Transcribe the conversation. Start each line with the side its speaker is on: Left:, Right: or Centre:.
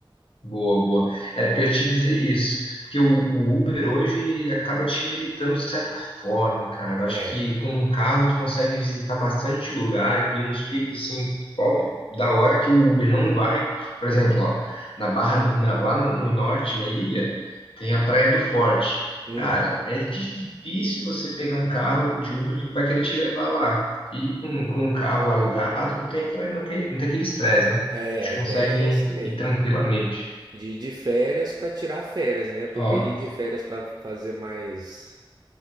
Left: Boa, boa. É porque eu ia te dizer isso, porque o, o Uber hoje acaba te limitando de certa forma, cara. Eu
Right: É.
Left: acho que com um carro tu consegue visitar bastante lugar e nos picos assim, top da hora que o Uber não vai. Por exemplo, ó, na Barra, na- lá no, no norte da ilha tem a Praia do Forte.
Right: hum.
Left: Cara, é difícil você pegar um carro de Uber que vai querer te levar lá. E com, com um carro alugado não tem aquela, não tem não tem aquele estresse, né?
Right: É,
Left: A gente
Right: a
Left: consegue
Right: ideia é essa mesmo,
Left: ir tranquilamente.
Right: de, de ir de férias para tirar férias, né? Porque
Left: Ó,
Right: ir de férias para fazer mais